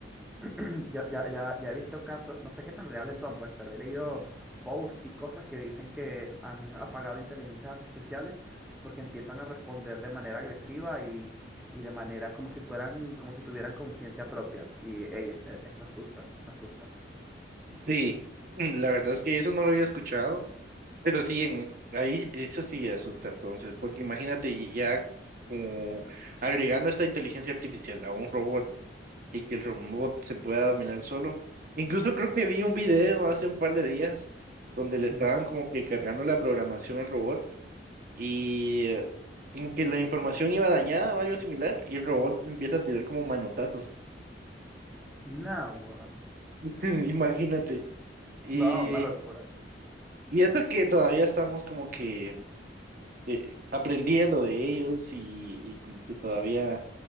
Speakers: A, in the centre; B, on the right.
A: <clears throat> Yo ya, ya, ya he visto casos, no sé qué tan reales son, pues, pero he leído posts y cosas que dicen que han apagado inteligencias artificiales porque empiezan a responder de manera agresiva y, y de manera como si fueran, como si tuvieran conciencia propia. Y, ey, e- e- esto asusta, asusta.
B: Sí, mm, la verdad es que eso no lo había escuchado, pero sí, en, ahí eso sí asusta entonces, porque imagínate ya como agregando esta inteligencia artificial a un robot y que el robot se pueda dominar solo. Incluso creo que vi un video hace un par de días donde le estaban
A: Ujú.
B: como que cargando la programación al robot y eh, como que la información iba dañada o algo similar y el robot le empieza a tirar como manotazos.
A: Nah, bueno.
B: <laughs> Imagínate. Y,
A: No, una locura.
B: y esto que todavía estamos como que eh, aprendiendo de ellos y, y como que todavía